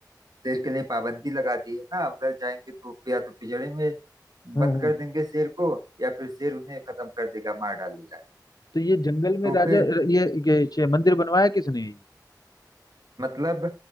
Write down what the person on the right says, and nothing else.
शेर के लिए पाबंदी लगा दी है ना उधर जाएंगे तो या तो पिंजरे में
बंद
कर देंगे शेर को या फिर शेर उन्हें खत्म कर देगा मार डालेगा
तो
फिर
मतलब